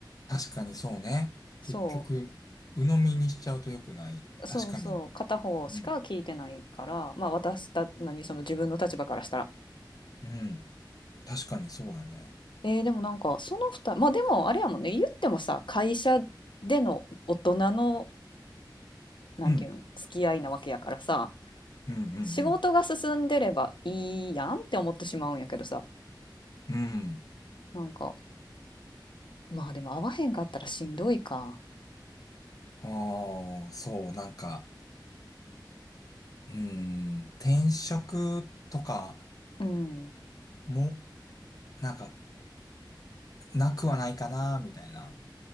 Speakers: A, on the left; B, on the left.
A: 確かにそうね。
B: そう。
A: 結局、鵜呑みにしちゃうと良くない。
B: そうそう、
A: 確かに。
B: 片方しか聞いてないから、
A: うん。
B: まあ私た、何、その自分の立場からしたら。
A: うん。確かにそうやね。
B: えー、でもなんか、その二人、まあでもあれやもんね、言ってもさ、会社での大人の、なんていうの、
A: うん。
B: 付き合いなわけやからさ、
A: うん、うん、
B: 仕事が進んでればいいやんって思ってしまうんやけどさ、
A: うん。うん。
B: なんか、まあでも会わへんかったらしんどいか。
A: ああ、そう、なんか、うーん。転職とか
B: うん。
A: も、なんか、なくはないかな、みたいな。